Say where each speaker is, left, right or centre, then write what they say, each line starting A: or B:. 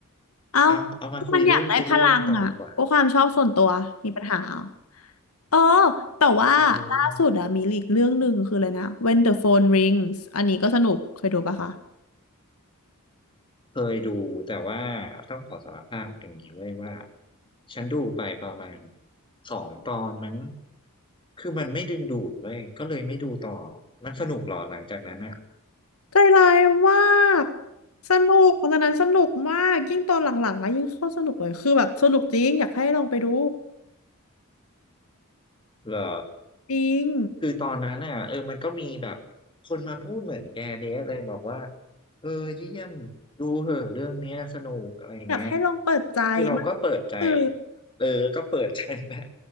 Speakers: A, on the left; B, on the left.
A: เอ้า
B: เอาเอามาคุยเรื่องซีรีส์กันต่อดีกว่า
A: ก็มันอยากได้พลังอ่ะก็ความชอบส่วนตัวมีปัญหาเหรอเออแต่ว่าล่าสุดอะมีอีกเรื่องหนึ่งคืออะไรนะ
B: อืม
A: When the Phone Rings อันนี้ก็สนุกเคยดูปะคะ
B: เคยดูแต่ว่าต้องขอสารภาพอย่างนี้ไว้ยว่าฉันดูไปประมาณสองตอนมั้งคือมันไม่ดึงดูดเว้ยก็เลยไม่ดูต่อมันสนุกเหรอหลังจากนั้นอะ
A: ใจร้ายมากสนุกตอนนั้นสนุกมากยิ่งตอนหลังๆอะยิ่งเข้าสนุกเลยคือแบบสนุกจริงอยากให้ลองไปดู
B: เหรอ
A: จริง
B: คือตอนนั้นอะเออมันก็มีแบบคนมาพูดเหมือนแกเดสเลยบอกว่าเออเยี่ยมดูเหอะเรื่องเนี้ยสนุกอะไรอย่างเงี้ย
A: อยากให้ลองเปิดใจไม่
B: คือเราก็เปิดใจ
A: คือ
B: เออก็เปิดใจนะ